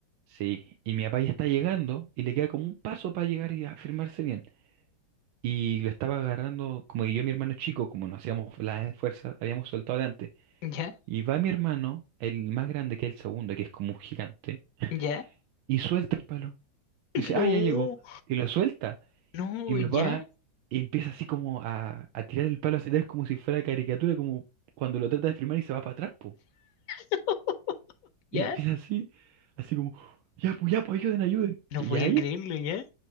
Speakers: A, on the right; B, on the left.
A: Sí, y mi papá ya está llegando y le queda como un paso para llegar y afirmarse bien. Y lo estaba agarrando, como que yo y mi hermano chico, como no hacíamos la fuerza, habíamos soltado de antes.
B: ¿Ya?
A: Y va mi hermano, el más grande que es el segundo, que es como un gigante,
B: ¿Ya?
A: y suelta el palo.
B: <laughs>
A: Dice,
B: No,
A: ah, ya llegó. Y lo suelta.
B: no,
A: Y mi
B: ¿ya?
A: papá empieza así como a, a tirar el palo hacia atrás como si fuera caricatura, como cuando lo trata de firmar y se va para atrás, po.
B: <laughs> ¿Ya?
A: Y empieza así, así como, ya, pues, ya, pues, ayuden, ayuden.
B: No
A: Y
B: voy
A: ahí,
B: a creerlo, ¿ya?